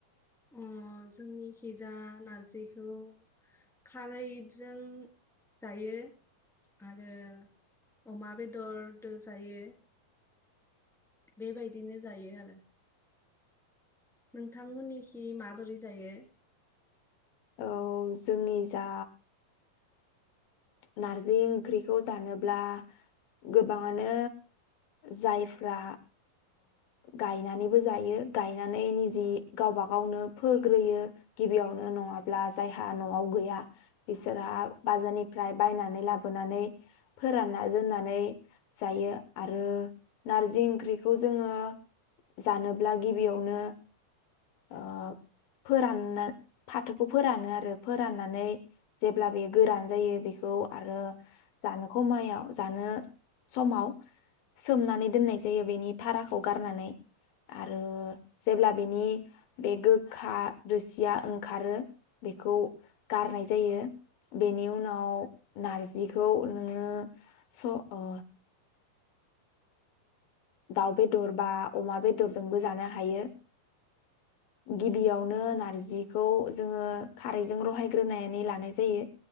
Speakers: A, in the centre; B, on the left (about 75°).
A: अ जोंनिखिजा नारजिखौ खारैजों जायो आरो अमा बेदरदो जायो बेबायदिनो जायो आरो नोंथांमोननिखि माबोरै जायो
B: औ जोंनि जा नारजि ओंख्रिखौ जानोब्ला गोबाङानो जायफ्रा गायनानैबो जायो गायनानै निजि गावबा गावनो फोग्रोयो गिबियावनो नङाब्ला जायहा न'आव गैया बिसोरहा बाजारनिफ्राय बायनानै लाबोनानै फोरानना दोननानै जायो आरो नारजि ओंख्रिखौ जोङो जानोब्ला गिबियावनो ओ फोरानना फाथोखौ फोरानो आरो फोराननानै जेब्ला बे गोरान जायो बेखौ आरो जानो खमायाव जानो समाव सोमनानै दोननाय जायो बेनि थाराखौ गारनानै आरो जेब्ला बेनि बे गोखा रोसिया ओंखारो बेखौ गारनाय जायो बेनि उनाव नारजिखौ नोङो स ओ दाउ बेदर बा अमा बेदरजोंबो जानो हायो गिबियावनो नारजिखौ जोङो खारैजों रहायग्रोनानै लानाय जायो